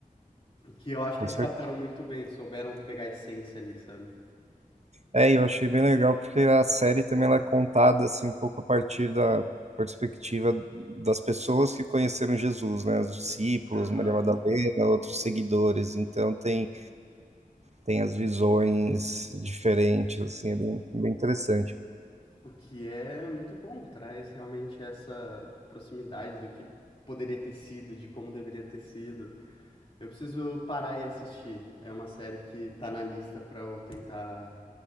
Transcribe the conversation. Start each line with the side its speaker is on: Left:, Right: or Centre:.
Left: que eu acho
Right: com
Left: que eles
Right: certeza.
Left: captaram muito bem, souberam pegar a essência ali, sabe?
Right: É, e eu achei bem legal porque a série também ela é contada assim um pouco a partir da perspectiva das pessoas que conheceram Jesus, né, os discípulos,
Left: Aham.
Right: Maria Madalena, outros seguidores. Então tem tem as visões diferentes, assim, é bem, bem interessante.
Left: O que é muito bom, traz realmente essa proximidade do que poderia ter sido, de como deveria ter sido. Eu preciso parar e assistir. É uma série que tá na lista pra eu tentar,